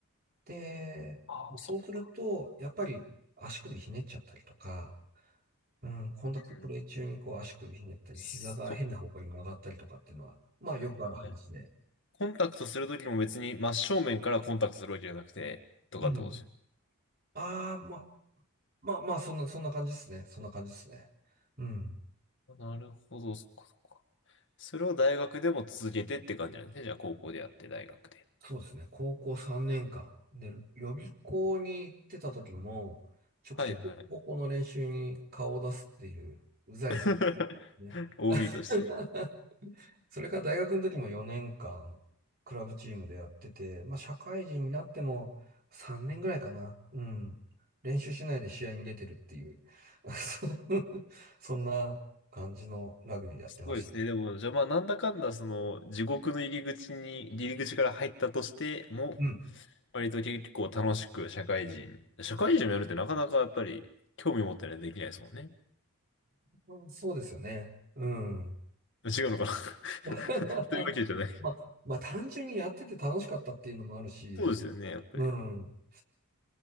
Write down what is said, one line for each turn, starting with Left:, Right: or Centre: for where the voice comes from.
Right: で、
Left: ど。ああ、
Right: そうすると、
Left: そっか。
Right: やっぱり足首ひねっちゃったりとか、うん、コンタクトプレー中にこう足首ひねったり、
Left: うんそっ
Right: 膝が変な方向に曲がったりとかっていうのは、まあよくある話で。
Left: か。はい、はい。コンタクトするときも別に真正面からコンタクトするわけじゃなくて、とかってことですよ。
Right: うん。ああ、まあ、まあ、まあ、そんな、そんな感じですね。そんな感じですね。うん。
Left: あなるほど、そっかそっか。それを大学でも続けてって感じなんですね。じゃあ高校でやって、大学で。
Right: そうですね。高校3年間。で、予備校に行ってた時も、ちょくちょく高校の練習に顔を出すっていう、
Left: はいはい。
Right: うざいです
Left: <laughs>
Right: ね。
Left: OB
Right: <laughs>
Left: として。
Right: それから大学の時も4年間、クラブチームでやってて、まあ社会人になっても3年ぐらいかな。うん。練習しないで試合に出てるっていう、<laughs> そうそんな感じのラグビーやってました。
Left: すごいですね。でも、じゃあまあ、なんだかんだ、その、地獄の入り口に、入り口から入ったとしても、
Right: うん。
Left: 割と結構楽しく社会人、社会人をやるってなかなかやっぱり、興味持ってないとできないですもんね。
Right: うんそうですよね。うん。
Left: 違うのかな <laughs> そ
Right: <laughs>
Left: ういうわけじゃない。
Right: まあ、まあ単純にやってて楽しかったっていうのもあるし、
Left: そうですよね、やっぱり。
Right: うん、